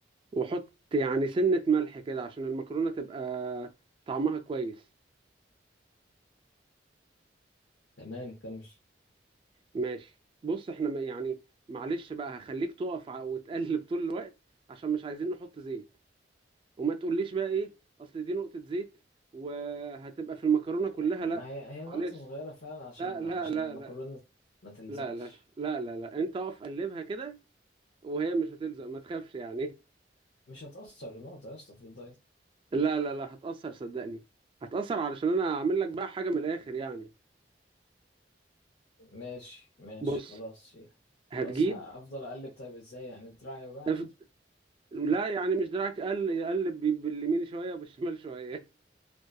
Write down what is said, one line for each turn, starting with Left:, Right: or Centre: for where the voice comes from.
Right: وحط يعني سنة ملح كده عشان المكرونة تبقى طعمها كويس
Left: تمام كمل
Right: ماشي بص احنا م- يعني معلش بقى هخليك تقف ع- وتقلب طول الوقت عشان مش عايزين نحط زيت وما تقوليش بقى ايه اصل دي نقطة زيت وهتبقى في المكرونة كلها
Left: ما
Right: لا
Left: هي هي نقطه
Right: معلش
Left: صغيره فعلا عشان
Right: لا لا
Left: ما- عشان
Right: لا
Left: المكرونه
Right: لا
Left: ما تلزقش
Right: لا لا لا لا لا انت اقف قلبها كده وهي مش هتلزق ما تخافش يعني
Left: مش هتأثر نقطة يا اسطى في الدايت
Right: لا لا لا هتأثر صدقني هتأثر علشان انا هعمل لك بقى حاجة من الاخر يعني
Left: ماشي ماشي
Right: بص
Left: خلاص هي
Right: هتجيب
Left: خلاص هفضل اقلب طيب ازاي يعني دراعي يوجعني
Right: اف- لا يعني مش دراعك قل يقلب بي- باليمين شوية وبالشمال شوية